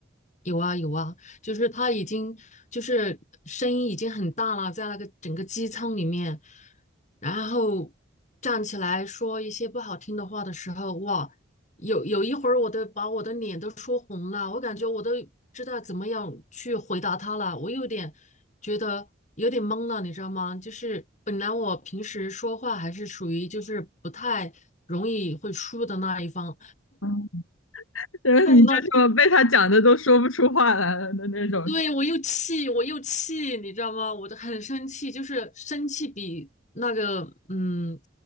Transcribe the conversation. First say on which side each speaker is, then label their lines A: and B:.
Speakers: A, on the left (about 35°); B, on the left (about 85°).
A: 有啊有啊，就是他已经就是声音已经很大了，在那个整个机舱里面，然后站起来说一些不好听的话的时候，哇，有有一会儿我都把我的脸都说红了，我感觉我都知道怎么样去回答他了，我有点觉得有点懵了，你知道吗？就是本来我平时说话还是属于就是不太容易会输的那一方，
B: 嗯，<laughs> 然后你就什么被他讲的都说不出话来了的那种，
A: 但是那天对，我又气，我又气，你知道吗？我就很生气，就是生气比那个嗯，